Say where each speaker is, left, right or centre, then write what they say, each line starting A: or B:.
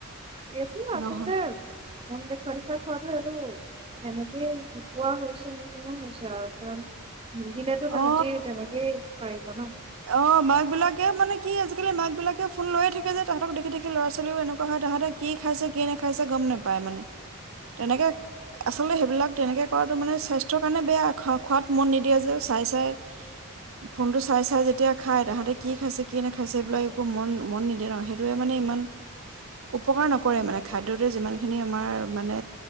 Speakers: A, on the right; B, on the right.
A: এইটো আচল
B: নহল
A: দেৱ মোন দে পৰীক্ষা কৰা হয় এইটো এনেকে শিকোৱা হৈছে নিচিনা হৈছে আৰু কাৰণ মদিনতো ৰাজি
B: অ
A: যেনেকে হয় ম
B: অ মাক বিলাকে মানে কি আজিকালি মাক বিলাকে ফোন লৈয়ে থাকে যে তাহাঁতক দেখি দেখি ল'ৰা ছোৱালীও এনেকুৱা হয় তাহাঁতে কি খাইছে কি নেখাইছে গম নোপায় মানে তেনেকে আচলতে সেইবিলাক তেনেকে কৰাটো মানে স্বাস্থ্যৰ কাৰণে বেয়া খোৱাত মন নিদিয়া যে চাই চাই ফোনটো চাই চাই যে তেতিয়া খাই তাহাঁতে কি খাইছে কি নাখাইছে এইবিলাক একো মন মন নিদিয়ে ন সেইটোোৱে মানে ইমান উপকাৰ নকৰে মানে খাদ্যটোৱে যিমানখিনি আমাৰ মানে